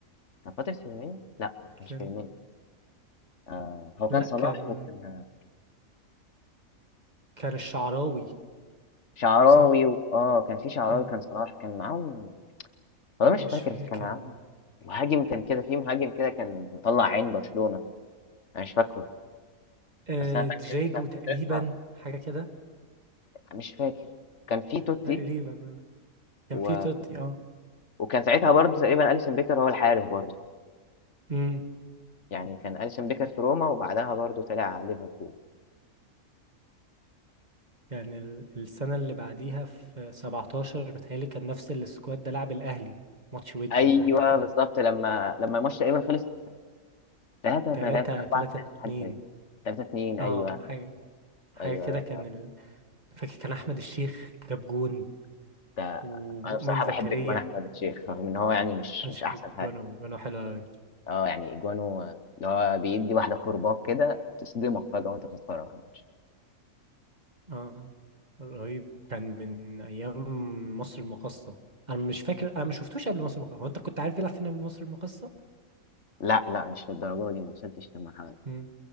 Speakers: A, on the left; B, on the right.
A: كان فترة فيرمينيو لا ما
B: كان
A: كانش فيرمينيو آه، هو كان
B: لا
A: صلاح
B: كان
A: وكان
B: كان الشعراوي
A: شعراوي
B: صح؟
A: و... اه كان في شعراوي
B: آه،
A: كان صلاح كان معاهم والله مش
B: مش
A: فاكر
B: فاكر
A: بس كان
B: كان
A: معاهم
B: مين
A: مهاجم كان كده في مهاجم كده كان مطلع عين برشلونة انا مش فاكره
B: آه،
A: بس انا فاكر
B: دجاجو
A: ان كان
B: تقريبا
A: فترتها
B: حاجة كده
A: مش فاكر كان في توتي
B: تقريبا آه. كان
A: و...
B: في توتي اه
A: وكان ساعتها برضو تقريبا اليسون بيكر هو الحارس برضو
B: امم
A: يعني كان اليسون بيكر في روما وبعدها برضو طلع على ليفربول
B: كان ال- السنة اللي بعديها في 17 متهيألي كان نفس السكواد ده لعب الأهلي ماتش ودي
A: أيوه
B: ولا حاجة كده
A: بالضبط، لمّا لمّا الماتش تقريبا خلص 3-3
B: تلاتة
A: 4-3
B: تلاتة اتنين
A: حاجة زي كده، 3-2
B: اه
A: أيوه،
B: حاجة حاجة
A: أيوه
B: كده
A: لأ
B: كان ال... فاكر كان أحمد الشيخ جاب جون
A: ده
B: ومؤمن
A: أنا بصراحة
B: زكريا
A: باحب أجوان أحمد الشيخ، رغم إن هو يعني مش
B: أحمد
A: مش
B: الشيخ
A: أحسن حاجة،
B: جونه جونه حلو أوي
A: آه يعني أجوانه اللي هو بيدّي واحدة كورباك كده تصدمك فجأة وأنت بتتفرج على الماتش.
B: اه رهيب كان من ايام مصر المقاصة انا مش فاكر انا ما شفتوش قبل مصر المقاصة هو انت كنت عارف يلعب فين قبل مصر المقاصة
A: لأ، لأ مش للدرجة دي، ما وصلتش للمرحلة دي.
B: مم.